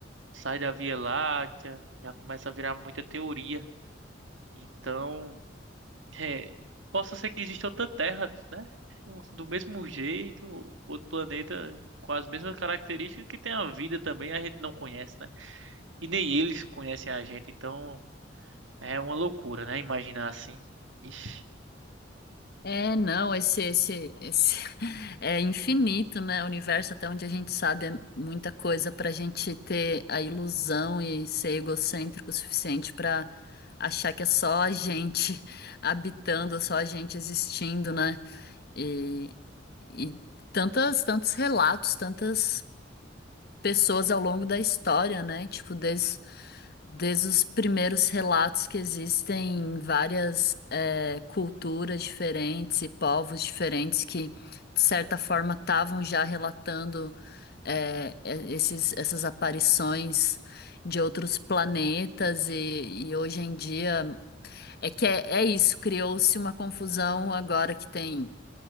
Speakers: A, on the right; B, on the left.
A: sai da Via Láctea, já começa a virar muita teoria. Então, É, possa ser que exista outra Terra, né? Do mesmo jeito, outro planeta com as mesmas características que tem a vida também, a gente não conhece, né? E nem eles conhecem a gente, então é uma loucura, né? Imaginar assim. Ixi,
B: É, não, esse, esse, esse <laughs> é infinito, né? O universo, até onde a gente sabe, é muita coisa para a gente ter a ilusão e ser egocêntrico o suficiente para achar que é só a gente <laughs> habitando, só a gente existindo, né? E E tantas, tantos relatos, tantas pessoas ao longo da história, né? Tipo, desde, desde os primeiros relatos que existem em várias eh, culturas diferentes e povos diferentes que, de certa forma, estavam já relatando eh, eh, esses, essas aparições de outros planetas e, e hoje em dia é que é, é isso, criou-se uma confusão agora que tem